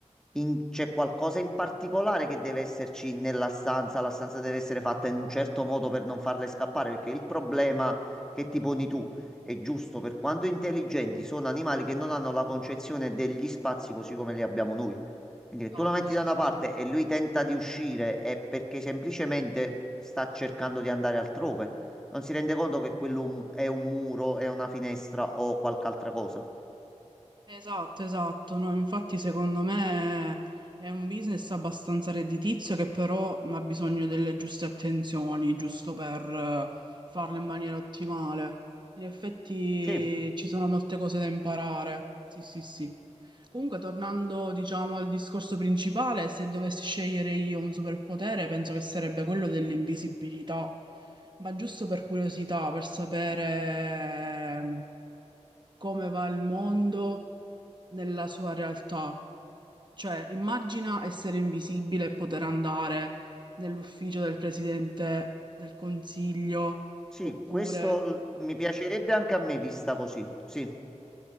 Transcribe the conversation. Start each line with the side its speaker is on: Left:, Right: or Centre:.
Centre: in- c'è qualcosa in particolare che deve esserci nella stanza, la stanza deve essere fatta in un certo modo per non farle scappare, perché il problema che ti poni tu è giusto, per quanto intelligenti sono animali che non hanno la concezione degli spazi così come li abbiamo noi. Quindi che
Right: Esatto,
Centre: tu lo metti
Right: sì,
Centre: da una
Right: sì,
Centre: parte
Right: sì.
Centre: e lui tenta di uscire è perché semplicemente sta cercando di andare altrove. Non si rende conto che quello un- è un muro, è una finestra o qualche altra cosa.
Right: Esatto, esatto. No, infatti, secondo me è un business abbastanza redditizio che però ha bisogno delle giuste attenzioni, giusto per eh, farlo in maniera ottimale. In effetti
Centre: Sì,
Right: ci sono molte cose da imparare. Sì, sì, sì. Comunque, tornando, diciamo, al discorso principale, se dovessi scegliere io un superpotere, penso che sarebbe quello dell'invisibilità. Ma giusto per curiosità, per sapere come va il mondo nella sua realtà. Cioè, immagina essere invisibile e poter andare nell'ufficio del presidente del consiglio,
Centre: sì,
Right: oppure...
Centre: questo l- mi piacerebbe anche a me vista così. Sì,